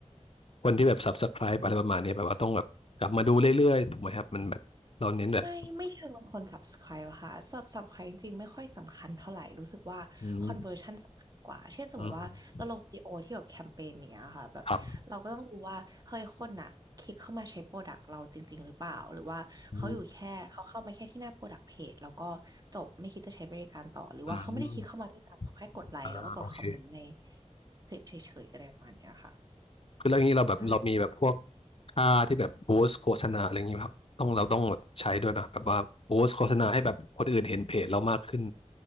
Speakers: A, on the left; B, on the right.
A: คนที่แบบ subscribe อะไรประมาณนี้แบบว่าต้องแบบกลับมาดูเรื่อยๆถูกไหมครับมันแบบเราเน้นแบบ
B: ไม่ไม่เชิงลงคน subscribe อะค่ะ sub subscribe จริงๆไม่ค่อยสำคัญเท่าไหร่รู้สึกว่า
A: อืม
B: conversion สำคัญกว่าเช่นสมมติว่าเราลงวิดีโอที่แบบแคมเปญเนี้ยค่ะแบบเราก็ต้องดูว่าเฮ้ยคนน่ะคลิกเข้ามาใช้โปรดักต์เราจริงๆหรือเปล่าหรือว่าเขาอยู่แค่เขาเข้ามาแค่ที่หน้าโปรดักต์เพจแล้วก็จบไม่คิดจะใช้บริการต่อหรือว่าเขาไม่ได้คลิกเข้ามาด้วยซ้ำเขาแค่กดไลค์แล้วก็กดคอมเมนต์ใน
A: อืมครับอืมอืมอ่าโอเค
B: คลิปเฉยๆอะไรประมาณเนี้ยค่ะ
A: คือเรื่องนี้เราแบบเรามีแบบพวก
B: ใช่
A: ค่าที่แบบบูสต์โฆษณาอะไรอย่างนี้ครับต้องเราต้องแบบใช้ด้วยป่ะแบบว่าบูสต์โฆษณาให้แบบคนอื่นเห็นเพจเรามากขึ้น